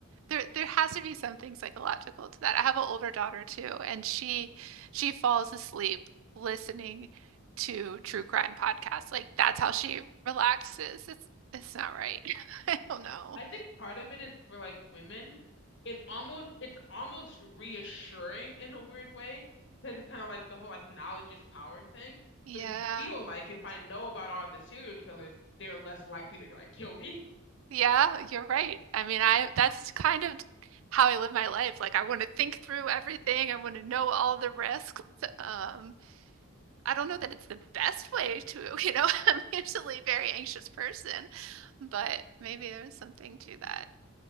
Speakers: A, on the right (about 70°); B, on the left (about 55°).
A: there there has to be something psychological to that. I have an older daughter too, and she she falls asleep listening to true crime podcasts. Like that's how she relaxes. It's it's not right. <laughs> I don't know.
B: I think part of it is for like women it almost it's almost reassuring in a weird way because it's kind of like the whole like knowledge is power thing.
A: Yeah.
B: So you feel like if I know about all the serial killers, they're less likely to like kill me.
A: Yeah, you're right. I mean, I that's kind of how I live my life. Like I want to think through everything. I want to know all the risks. Um, I don't know that it's the best way to, you know, <laughs> I'm usually a very anxious person, but maybe there's something to that.